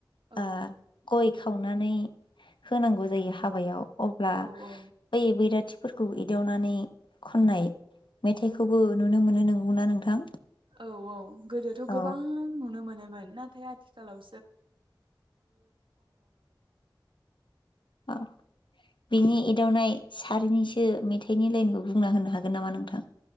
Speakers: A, on the right; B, on the left.
A: औ
B: ओ गय खावनानै होनांगौ जायो हाबायाव। अब्ला
A: औ औ
B: बै बैराथि फोरखौ एदवनानै खननाय मेथाइखौबो नुनो मोनो नंगौना नोंथां।
A: औ औ गोदोथ'
B: औ
A: गोबां नुनो मोनो। मोन नाथाय आथिखालाव
B: औ बिनि एदावनाय सारिनिसो मेथाइनि लाइनखौ बुंना होनो हागोन नामा नोंथां